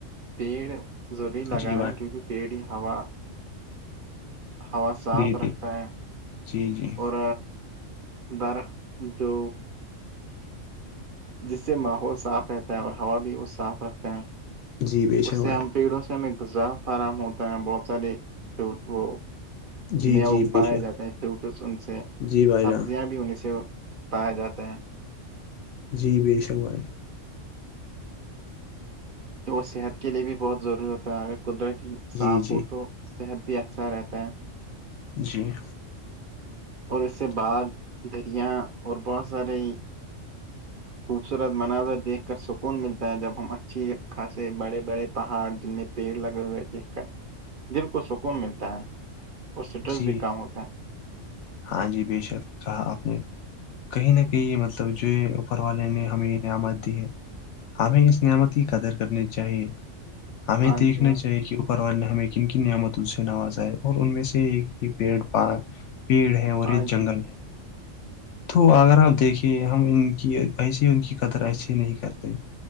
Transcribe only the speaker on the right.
پیڑ ضروری لگانا
ہے کیونکہ پیڑ ہی ہوا ہوا صاف
رکھتا ہے
اور درخت جو جس سے ماحول صاف رہتا ہے اور ہوا بھی وہ صاف رکھتا ہے
اس سے
ہم پیڑوں سے ہمیں غذا فراہم ہوتا ہے بہت سارے فرو وہ
مو
پائے
جاتے ہیں فروٹس ان سے
سبزیاں
بھی انیں سے پائے جاتے ہیں
وہ صحت کے لیے بھی بہت ضروری ہوتا ہے اگر قدرتی صاف
ہو تو صحت بھی اچھا رہتا ہے
اور اس سے
باغ دریا اور بہت سارے خوبصورت مناظر دیکھ کر سکون ملتا ہے جب ہم اچھی خاصے بڑے بڑے پہاڑ جن میں پیڑ لگے ہوئے دیکھ کر
دل کو سکون ملتا ہے اور سٹریس
بھی کم ہوتا ہے
ہاں
جی بھائی
ہاں
جی